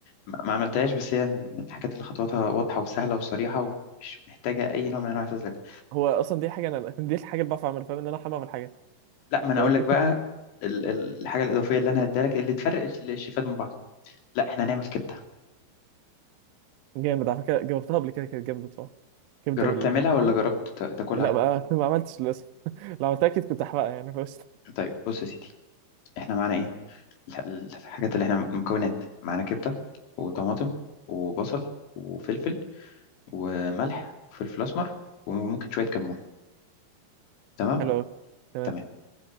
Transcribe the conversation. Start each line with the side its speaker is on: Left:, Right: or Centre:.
Left: ما ما عملتهاش بس هي من الحاجات اللي خطواتها واضحة وسهلة وصريحة ومش محتاجة اي نوع من انواع الفزلكة
Right: هو اصلا دي حاجه انا <laughs> دي الحاجه اللي بعرف اعملها فاهم ان انا احمى بعمل حاجه
Left: لا ما انا
Right: <laughs>
Left: اقول لك بقى ال- ال- الحاجة الإضافية اللي انا هديها لك اللي تفرق الشيفات من بعض لا احنا هنعمل كبدة
Right: جامد على فكره جاوبتها قبل كده كانت جامده بصراحه كبده
Left: جربت
Right: بالمكرونه
Left: تعملها ولا جربت تا- تاكلها
Right: لا بقى <laughs> ما عملتش للاسف <laughs> لو عملتها اكيد كنت احرقها يعني بس
Left: طيب بص يا سيدي احنا معانا ايه الح- الحاجات اللي احنا مكونات معانا كبدة وطماطم وبصل وفلفل وملح وفلفل أسمر وممكن شوية كمون تمام
Right: حلو قوي تمام
Left: تمام